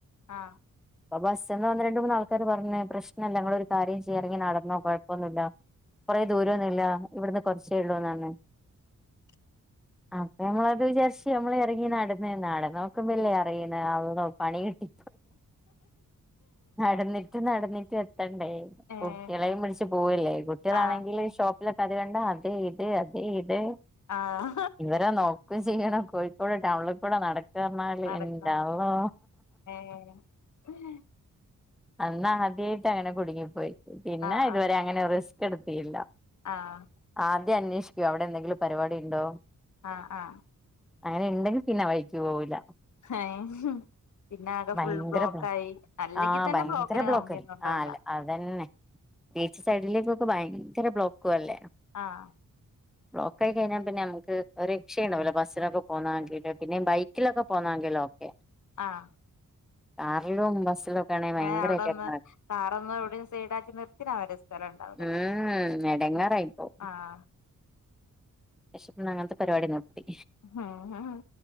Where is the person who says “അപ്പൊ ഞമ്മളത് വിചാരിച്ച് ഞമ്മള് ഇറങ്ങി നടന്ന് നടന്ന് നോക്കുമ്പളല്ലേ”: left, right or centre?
Centre